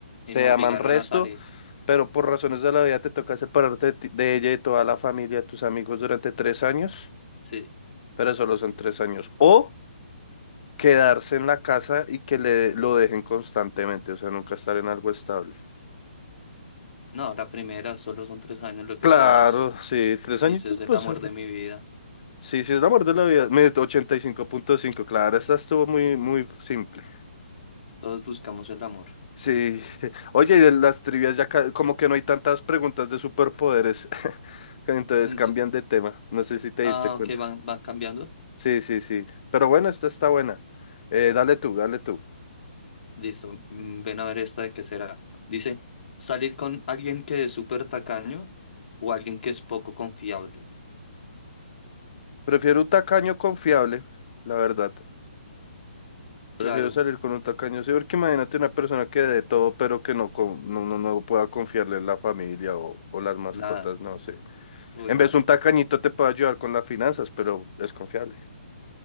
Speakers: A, on the left (about 60°); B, on the left (about 40°).
A: Y
B: te
A: me obligaron
B: aman resto,
A: a salir.
B: pero por razones de la vida te toca separarte de, ti- de ella y de toda la familia, tus amigos durante tres años,
A: Sí.
B: pero solo son tres años. O quedarse en la casa y que le, lo dejen constantemente, o sea, nunca estar en algo estable.
A: No, la primera, solo son tres años lo que
B: Claro,
A: tú dices.
B: sí, tres
A: Dices
B: añitos,
A: el
B: pues
A: amor de mi vida.
B: Sí, sí, es la muerte de la vida. Me ochenta y cinco, punto cinco, claro, esta estuvo muy, muy simple.
A: Todos buscamos el amor.
B: Sí. <laughs> Oye, y de las trivias ya ca- como que no hay tantas preguntas de superpoderes. <laughs> Entonces
A: Em,
B: cambian
A: s-
B: de tema. No sé si te
A: Ah,
B: diste cuenta.
A: ok, van, van cambiando.
B: Sí, sí, sí. Pero bueno, esta está buena. Eh, dale tú, dale tú.
A: Listo. mm, Ven a ver esta de qué será. Dice, salir con alguien que es súper tacaño o alguien que es poco confiable.
B: Prefiero un tacaño confiable, la verdad. Prefiero
A: Claro,
B: salir con un tacaño, sí, porque imagínate una persona que de todo, pero que no, con- no, no, no pueda confiarle en la familia o, o las mascotas,
A: nada.
B: no sé.
A: Uy,
B: En
A: no.
B: vez de un tacañito te puede ayudar con las finanzas, pero es confiable.